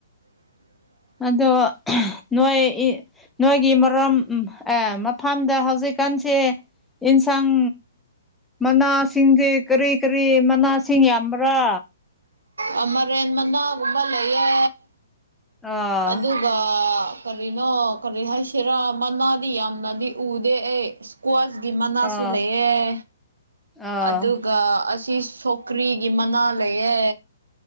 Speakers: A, on the right; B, in the centre.
A: <inaudible>
B: ꯑꯗꯣ ꯅꯣꯏ ꯅꯣꯏꯒꯤ ꯃꯔꯝ ꯃꯐꯝꯗ ꯍꯧꯖꯤꯛꯀꯥꯟ ꯀꯥꯟꯁꯦ ꯏꯟꯁꯥꯡ ꯃꯅꯥꯁꯤꯡꯁꯦ ꯀꯔꯤ ꯀꯔꯤ ꯃꯅꯥꯁꯤꯡ ꯌꯥꯝꯕ꯭ꯔꯥ
A: ꯑꯥ ꯃꯥꯏꯔꯦꯟ ꯃꯅꯥꯒꯨꯝꯕ ꯂꯩꯌꯦ
B: ꯑꯥ
A: ꯑꯗꯨꯒ ꯀꯔꯤꯅꯣ ꯀꯔꯤ ꯍꯥꯏꯁꯤꯔꯥ ꯃꯅꯥꯗꯤ ꯌꯥꯝꯅꯗꯤ ꯎꯗꯦ ꯑꯩ ꯏꯁꯀꯋꯥꯁ ꯒꯤ ꯃꯅꯥꯁꯨ
B: ꯑꯥ
A: ꯂꯩꯑꯦ
B: ꯑꯥ
A: ꯑꯗꯨꯒ ꯑꯁꯤ ꯁꯧꯒꯔ꯭ꯤꯒꯤ ꯃꯅꯥ ꯂꯩꯌꯦ